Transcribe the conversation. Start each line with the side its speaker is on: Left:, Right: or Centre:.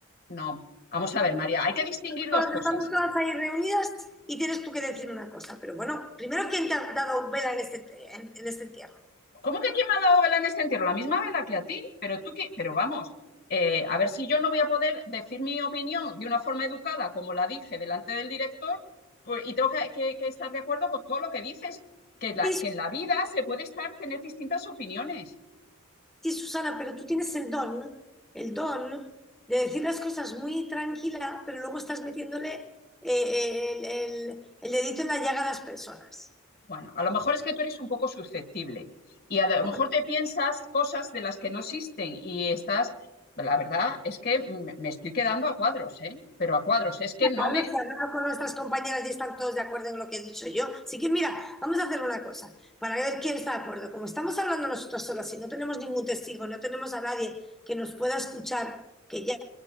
Left: no. Vamos a ver, María, hay que distinguir
Centre: Estamos
Left: dos cosas.
Centre: todas ahí reunidas y tienes tú que decir una cosa. Pero bueno, primero, ¿quién te ha dado vela en este, en, en este entierro?
Left: ¿Cómo que quién me ha dado vela en este entierro? La misma vela que a ti, pero tú qué, pero vamos, eh, a ver si yo no voy a poder decir mi opinión de una forma educada, como la dije delante del director, pues, y tengo que, que- que estar de acuerdo con todo lo que dices, que, la-
Centre: Sí,
Left: que en la vida se puede estar, tener distintas opiniones.
Centre: sí, Susana, pero tú tienes el don, el don de decir las cosas muy tranquila, pero luego estás metiéndole eh, eh, el, el- el dedito en la llaga a las personas.
Left: Bueno, a lo mejor es que tú eres un poco susceptible y a lo
Centre: Bueno,
Left: mejor te piensas cosas de las que no existen y estás, la verdad es que me me estoy quedando a cuadros, ¿eh? Pero a cuadros, es que no
Centre: Carlos,
Left: me,
Centre: se ha hablado con nuestras compañeras y están todos de acuerdo en lo que he dicho yo. Así que mira, vamos a hacer una cosa para ver quién está de acuerdo. Como estamos hablando nosotros solas y no tenemos ningún testigo, no tenemos a nadie que nos pueda escuchar, que ya